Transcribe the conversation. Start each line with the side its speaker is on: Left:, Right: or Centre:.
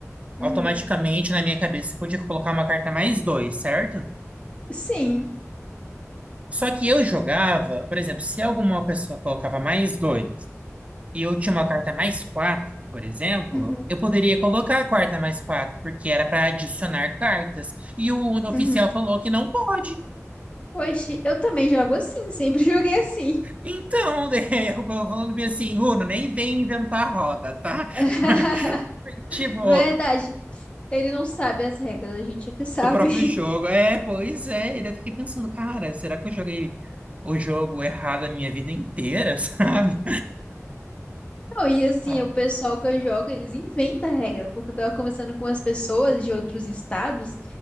Left: Uhum,
Right: automaticamente, na minha cabeça, você podia colocar uma carta mais dois, certo?
Left: Sim.
Right: Só que eu jogava, por exemplo, se alguma pessoa colocava mais dois, e eu tinha uma carta mais quatro, por exemplo,
Left: uhum,
Right: eu poderia colocar a quarta mais quatro, porque era para adicionar cartas. E o Uno oficial
Left: uhum.
Right: falou que não pode.
Left: Oxe, eu também jogo assim, sempre <laughs> joguei assim.
Right: Então, <laughs> né, eu tava falando bem assim, Uno, nem vem inventar roda, tá?
Left: <laughs>
Right: <laughs> Tipo,
Left: Verdade. Ele não sabe as regras, a gente é que sabe.
Right: do próprio jogo. É, pois é. E daí eu fiquei pensando, cara, será que eu joguei o jogo errado a minha vida inteira, <laughs> sabe?
Left: Não, e assim,
Right: Ai.
Left: o pessoal que eu jogo, eles inventam regra, porque eu tava conversando com as pessoas de outros estados